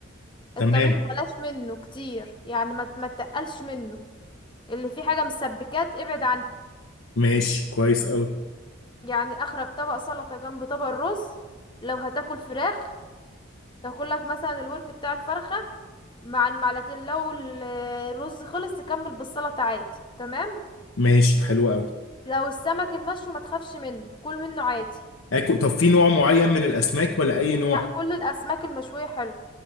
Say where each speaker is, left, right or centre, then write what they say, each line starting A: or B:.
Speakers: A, on the left; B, on the left.
A: تمام
B: الطبيخ بلاش منه كتير يعني ما ت- ما تقلش منه اللي فيه حاجة مسبكات ابعد عنه
A: ماشي كويس قوي
B: يعني اخرك طبق سلطة جنب طبق الرز لو هتاكل فراخ تاكلك مثلا الورك بتاع الفرخة مع المعلقتين لو ال- الرز خلص تكمل بالسلطة عادي تمام
A: ماشي حلو قوي
B: لو السمك المشوي ما تخافش منه كل منه عادي
A: اكل طب في نوع معين من الاسماك ولا اي نوع
B: لا كل الاسماك المشوية حلو